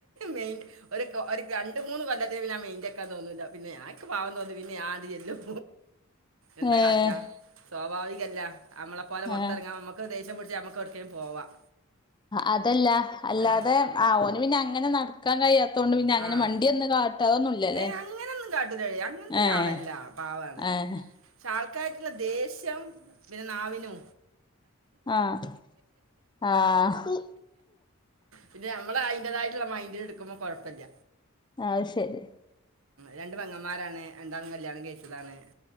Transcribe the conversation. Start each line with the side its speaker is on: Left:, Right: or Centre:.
Right: മെയി ഒരു ഒരു രണ്ട് മൂന്ന് കൊല്ലത്തിൽന് പി ൻ മെയിൻറ ആക്കാ തന്നില്ല പി ഞ ക്കെ പാവുന്നന്ന് പിന്നെ ആദ്യ ചെല്ലും എന്താ
Left: ഏഹ്
Right: കാറ്റാ സ്വാഭാവികല്ല നമ്മളെ പോലെ പുറത്തിറങ്ങാൻ
Left: ഏഹ്
Right: നമക്ക് ദേഷം പിടിച്ച് നമുക്ക ട്ക്കേലും പോവാം
Left: അതല്ല അല്ലാതെ
Right: ഏ
Left: ആ ഓന് പിന്നെ അങ്ങനെ നടക്കാൻ കഴിയാത്ത ത്തോണ്ട് പിന്നെ അങ്ങനെ
Right: ആ
Left: മണ്ട്യന്ന കാട്ട അതൊന്നുമല്ലല്ലേ
Right: ഏയ് അങ്ങനൊന്നും കാട്ടൂലടി അങ്ങനത്തെ
Left: ഏഹ്
Right: ഒരാളല്ല പാവാണ്
Left: ഏഹ്
Right: പക്ഷെ ആൾക്കായിട്ടുള്ള ദേഷ്യം പിന്നെ നാവിനു
Left: ആഹ് ആഹ്
Right: പിന്നെ നമ്മള അതിന്റേതായിട്ടുള്ള മൈന്ഡന് എടുക്കുമ്പോ കുഴപ്പല്ല
Left: ആഹ് ശരി
Right: രണ്ട് പങ്ങന്മാരാണ് രണ്ടാളും കല്ല്യാണം കഴിച്ചതാണ്